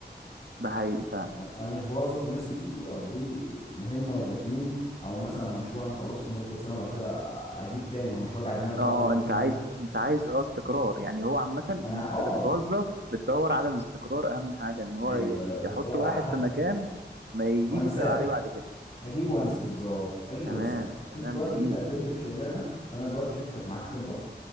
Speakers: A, on the right (about 80°); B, on the left (about 35°).
A: ده حقيقي فعلا
B: انا أنا مش بوظف الناس ي- يقضوا لي مهمه ولا اتنين او مثلا مشروع نخلصه في مده سنه وبعد كده أ- اجيب تاني ما هو مش وجع دماغ بقى
A: اه
B: كل
A: انت
B: سنه
A: عايز
B: اجيب ناس
A: انت عايز اه استقرار يعني هو عامة الناس
B: انا اه
A: اللي بتوظف بتدور على الاستقرار اهم حاجة ان هو
B: ايوه
A: ي-
B: بتدور
A: يحط واحد
B: على حد
A: في مكان ما يجيش
B: وانساه
A: يسأل عليه بعد كده
B: اجيب وانس بالظبط اجيب
A: تمام
B: وانساه
A: تمام
B: انت دلوقتي
A: جميل
B: جيت قدمت في شغلانه فانا دلوقتي شفتك معاك خبره